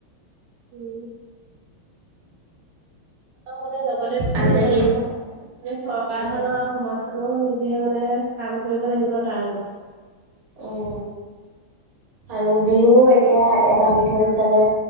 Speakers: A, on the right (about 65°); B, on the right (about 40°).
A: উম, আও বলে লগতে থ হব দিব লাগিব চিঠি
B: আগবাঢ়ি
A: দিবা লাগিব
B: আহিছে সকলো।
A: মানে চৰকাৰখনক।
B: উম
A: সমাজখনো নিজে মানে কাম কৰিব লাগিব ন তাৰ ওপৰত।
B: ওম। আৰু বিহুও এতিয়া এটা বিষয় হিচাপে